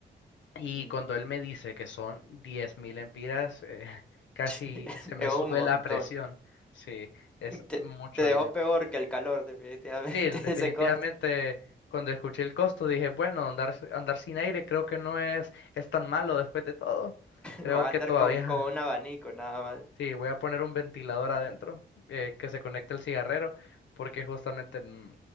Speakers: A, on the left; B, in the centre.
A: Y
B: Ujú.
A: cuando él me dice que son 10.000 empiras, eh, <laughs> casi
B: <laughs>
A: se me
B: Es un
A: sube
B: montón.
A: la presión. Sí, es
B: Te,
A: mucho
B: te dejó
A: dinero.
B: peor que el calor, definitivamente,
A: Sí, definitivamente
B: <laughs> ese costo.
A: cuando escuché el costo dije, bueno, andar, andar sin aire creo que no es, es tan malo después de todo. Creo
B: Vas a
A: que
B: andar
A: todavía
B: con, con un abanico nada
A: Sí, voy a poner un ventilador adentro eh, que se conecte al cigarrero porque justamente mm,